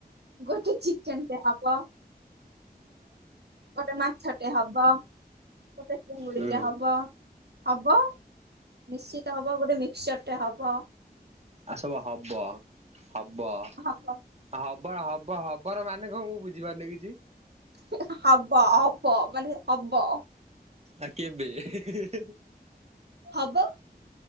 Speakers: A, on the right (about 85°); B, on the right (about 40°).
A: ଗୋଟେ ଚିକେନଟେ ହବ, ଗୋଟେ ମା ସେଟି ହବ। ତୋତେ ଉନିଳୀଟେ
B: ହୁଁ
A: ହବ ହବ, ନିଶ୍ଚିତ ହବ ଗୋଟେ ମିକ୍ସଚର ଟେ ହବ।
B: ଆସବ ହବ। ହବ ଆ,
A: ହବ
B: ହବ, ହବ, ହବର ମାନେ କଣ ମୁଁ ବୁଝିପାରୁନି କିଛି।
A: ହିଁ ହା ହବ ହବ ମାନେ ହବ।
B: ଆ କେବେ ଏହେ ହେ ହେ ହେ।
A: ହବ